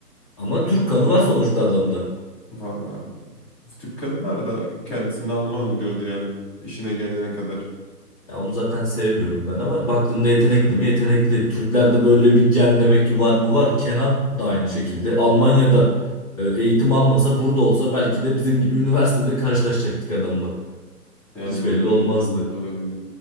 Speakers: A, on the left; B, in the centre.
A: ama Türk kanı var sonuçta adamda.
B: Vallahi Türk kanı var da kendisini Almanım diyordu yani. İşine gelene kadar.
A: Ya onu zaten sevmiyorum ben ama baktığında yetenekli
B: Ben de sevmiyorum.
A: mi? Yetenekli. Türklerde böyle bir gen demek ki var mı? Var. Kenan da aynı şekilde. Almanya'da e, eğitim almasa burada olsa belki de bizim gibi üniversitede karşılaşacaktık adamla.
B: Yani
A: Hiç
B: olabilir.
A: belli olmazdı.
B: Olabilir.